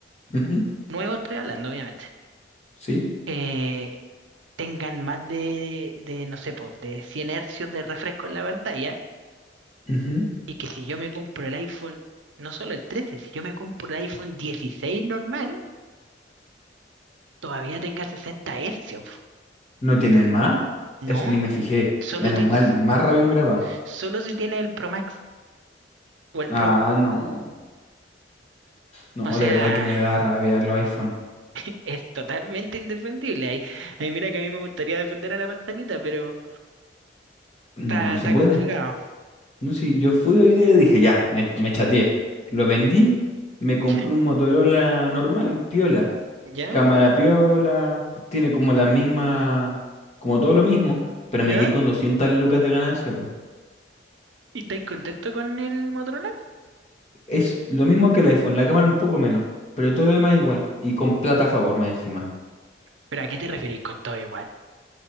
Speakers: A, on the left (about 35°); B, on the right (about 85°).
A: Ujú,
B: nuevo estoy hablando, obviamente,
A: ¿Sí?
B: eh, tengan más de, de, no sé, pues, de 100 hercios de refresco en la pantalla,
A: ujú.
B: y que si yo me compro el iPhone, no solo el 13 si yo me compro el iPhone 16 normal, todavía tenga 60 hercios. po.
A: ¿No tienen más?
B: No,
A: Eso ni me fijé.
B: solo
A: Menos
B: tienes,
A: mal, más rabia me hubiera dado.
B: solo si tienes el Pro Max. o el
A: Ah,
B: pro.
A: no. No,
B: O sea,
A: de verdad que me da rabia los iPhone.
B: <laughs> es totalmente indefendible. Ahí, ahí mira que a mí me gustaría defender a la manzanita, pero
A: No,
B: está,
A: no
B: está
A: se puede.
B: complicado.
A: No, si yo fui hoy día y dije, ya, me, me chateé. Lo vendí, me compré
B: <laughs> ¿Ya?
A: un Motorola normal, piola.
B: ¿Ya?
A: cámara piola, tiene como la misma, como todo lo mismo, pero
B: ¿Ya?
A: me quedé con 200 lucas de ganancia. po.
B: ¿Y estáis contento con el Motorola?
A: Es lo mismo que el iPhone, la cámara un poco menos, pero todo lo demás es igual y con plata a favor más encima.
B: ¿Pero a qué te referís con todo igual?